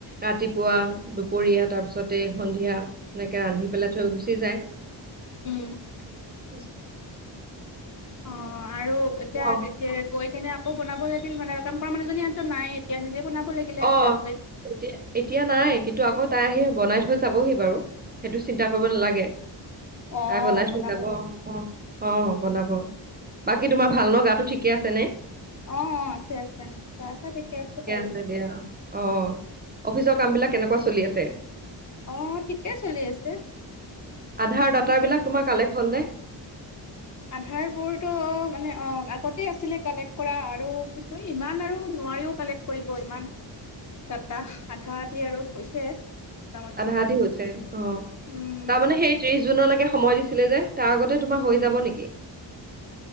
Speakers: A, on the right; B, on the left.
A: ৰাতিপুৱা, দুপৰীয়া, তাৰপিছতে সন্ধিয়া। এনেকে ৰান্ধি পেলাই থৈ, গুচি যায়।
B: উম।
A: <unintelligible>
B: অ আৰু এতিয়া
A: অ',
B: গৈ কিনে আকৌ বনাব লাগিল, মানে, কাম কৰা মানুহজনী ইতো নাই, এতিয়া নিজে বনাব লাগিলে
A: অ',
B: ঘৰত গৈ।
A: এতিয়া, এতিয়া নাই, কিন্তু আগত তাই আহি বনাই থৈ যাবহি বাৰু সেইটো চিন্তা কৰিব নালাগে।
B: অ
A: আহিব নাই শন
B: বনাব
A: যাব
B: লাগে।
A: অ, অ, বনাব বাকী তোমাৰ ভাল ন গাটো ঠিকে আছেনে?
B: অ', অ', আছে-আছে গাচা ঠিকে আছে বাৰু।
A: দিয়া অ, অফিচৰ কামবিলাক কেনেকুৱা চলি আছে?
B: অ ঠিকে চলি আছে।
A: আধাৰ ডাট
B: ঠিকে
A: বিলাক তোমাৰ কালেক্ট হল নে?
B: আধাৰবোৰটো মানে অ, আগতে আছিলে কালেক্ট কৰা আৰু কিছু ইমান আৰু নাৰিও কালেক্ট কৰিব ইমান টাটা আধা আধি আৰু হৈছে। মোটামুটি
A: আধা আধি হৈছে অ,
B: উম।
A: তাৰমানানে সেইটো ত্ৰিশ জুনলৈকে সময় দিছিলে যে তাৰ আগতে তোমাৰ হৈ যাব নেকি।